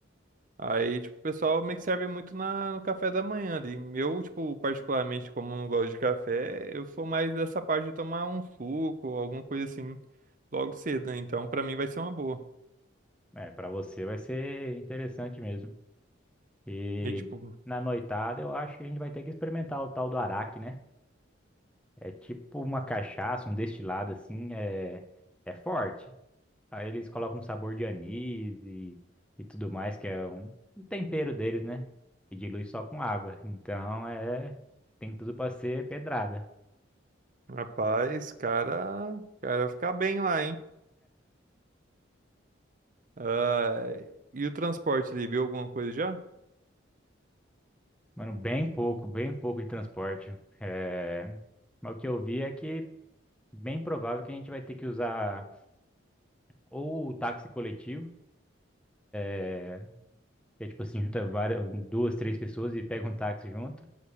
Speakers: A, on the right; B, in the centre.
A: Aí, tipo, o pessoal meio que serve muito na, no café da manhã ali. Eu, tipo, particularmente, como não gosto de café, eu sou mais dessa parte de tomar um suco, alguma coisa assim, logo cedo, né? Então, pra mim vai ser uma boa.
B: É, pra você vai ser interessante mesmo. E
A: E, tipo,
B: na noitada eu acho que a gente vai ter que experimentar o tal do araque, né? É tipo uma cachaça, um destilado assim, é, é forte. Aí eles colocam um sabor de anis e, e tudo mais, que é um, um tempero deles, né? E dilui só com água. Então é, tem tudo pra ser pedrada.
A: rapaz, cara, cara vai ficar bem lá, hein? Ah, e o transporte ali, viu alguma coisa já?
B: Mano, bem pouco, bem pouco de transporte. É, mas o que eu vi é que bem provável que a gente vai ter que usar ou o táxi coletivo. é, que é tipo assim, junta várias, duas, três pessoas e pega um táxi junto,